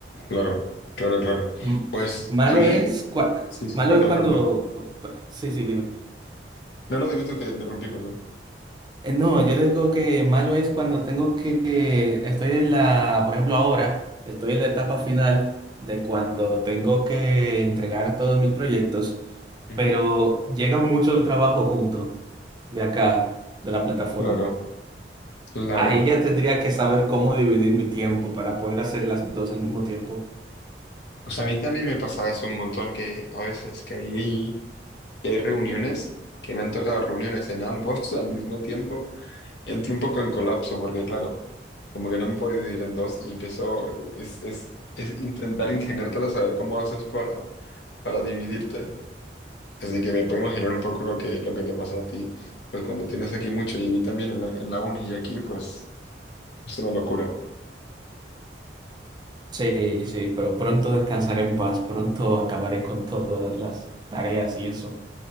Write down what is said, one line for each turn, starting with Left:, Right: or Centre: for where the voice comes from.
Left: claro, claro, claro.
Right: M-
Left: Pues
Right: Malo
Left: a mí...
Right: es, cua-
Left: Sí, sí,
Right: malo
Left: cuéntame,
Right: es cuando...
Left: cuéntame.
Right: Sí, sí, dime.
Left: No, no, dime tú que te interrumpí, perdón.
Right: Eh, no, yo digo que malo es cuando tengo que... Estoy en la, por ejemplo, ahora, estoy en la etapa final de cuando tengo que entregar todos mis proyectos,
Left: Ujú,
Right: pero llega mucho trabajo junto de acá, de la plataforma.
Left: Claro, claro.
Right: Ahí ya tendría que saber cómo dividir mi tiempo para poder hacer las dos al mismo tiempo.
Left: O sea, a mí también me pasa eso un montón, que a veces que hay, que hay reuniones, que me han tocado reuniones en ambos <laughs> al mismo tiempo, entro un poco en colapso, porque claro, como que no me puedo dividir en dos y empiezo, es, es, es intentar ingeniártela, saber cómo haces para, para dividirte. Así que me puedo imaginar un poco lo que, lo que te pasa a ti, pues cuando tienes aquí mucho y allí también en la, en la uni y aquí, pues es una locura.
Right: Sí, sí, pero pronto descansaré en paz, pronto acabaré con todas las tareas y eso.